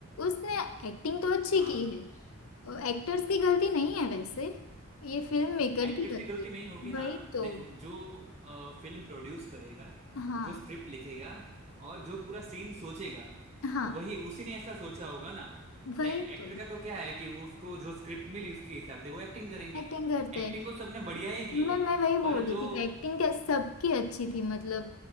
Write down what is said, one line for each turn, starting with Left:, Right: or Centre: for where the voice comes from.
Left: उसने एक्टिंग तो अच्छी
Right: हाँ
Left: की है एक्टर्स की गलती नहीं है वैसे ये फिल्म मेकर
Right: एक्टर्स
Left: की गलती
Right: की गलती
Left: है
Right: नहीं होगी ना
Left: वही तो
Right: देखो जो फिल्म प्रोड्यूस करेगा
Left: हाँ
Right: जो स्क्रिप्ट लिखेगा और जो पूरा सीन सोचेगा
Left: हाँ
Right: वही उसी ने ऐसा सोचा होगा ना
Left: वही
Right: लाइक एक्टर
Left: तो
Right: का तो क्या है कि वो उसको जो स्क्रिप्ट मिली उसके हिसाब से वो एक्टिंग करेंगे
Left: एक्टिंग करते
Right: एक्टिंग
Left: हैं
Right: को सबने बढ़िया ही की
Left: मैं
Right: है
Left: मैं वही बोल
Right: पर
Left: रही
Right: जो
Left: थी कि एक्टिंग क्या सबकी अच्छी थी मतलब